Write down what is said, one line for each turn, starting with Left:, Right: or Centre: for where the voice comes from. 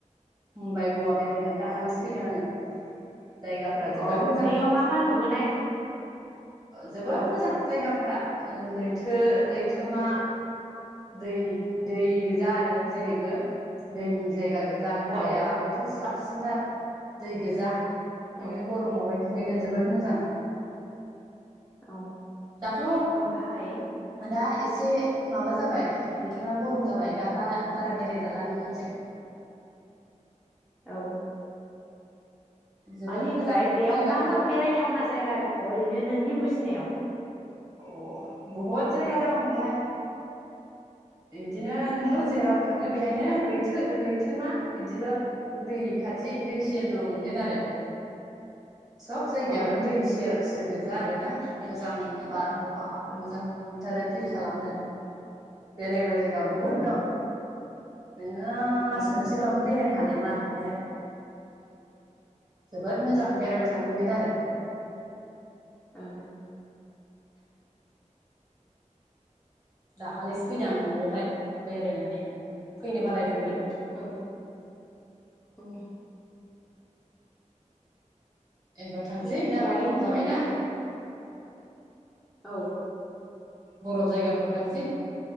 Right: मुम्बाइ गवा बेरायनानै दाखालिसो फैदों आङो जायगाफ्रा जोबोद
Centre: अ
Right: मोजां
Centre: बेयाव मा मा नुबोनाय
Right: जोबोद
Centre: औ
Right: मोजां जायगाफ्रा लैथो लैथोमा
Centre: औ
Right: दै दै गोजा आरो जेरैबो दैनि जायगा गोबां जा
Centre: औ
Right: गयाबोथ साबसिनथार दै गोजा। नोङो
Centre: औ
Right: गरमावबहाय दु दुगैनो जोबोद मोजां
Centre: औ
Right: दाथ'
Centre: ओमफाय
Right: दा एसे माबा जाबाय बोथोरा गरम जाबाय दा बा-बारा बेराय जाला बेफोरजों
Centre: औ
Right: जोबोद
Centre: आनिफ्राय
Right: मोजां
Centre: बेयाव
Right: जायगाफ्रा
Centre: मा मा बेरायथावना जायगा दङ' ओरैनो नोंनि बुजिनायाव?
Right: अ बहुद जायगा दं बेहाय बिदिनो नोङो जेराव थाङो बेहायनो लैथो लैथोमा इदिनो दै खाथि दै सेरल' मोनगोन आरो। सब जायगायावनो
Centre: औ
Right: दै सेर सेर गोजा आरोना मोजां बार हावा
Centre: औ
Right: मोजां मोनथारो। फिल खालामनो बेरायग्रा जायगा
Centre: औ
Right: बहुद दं। नोङो मास
Centre: औ
Right: मोनसेबाबो बेरायनो हानाय नङा बेहाय जोबोद मोजां बेरायबाय थ थानो मोनगोन आरो
Centre: औ
Right: दाखालिसो फैदों आं न'आवहाय बेरायनानै फैनो बालायदोंमोन
Centre: औ औ
Right: एबार थांसै
Centre: बेनिफ्राय
Right: दा गरम
Centre: नोङो
Right: जाबायना
Centre: औ
Right: बरफ जायगाफ्राव थांसै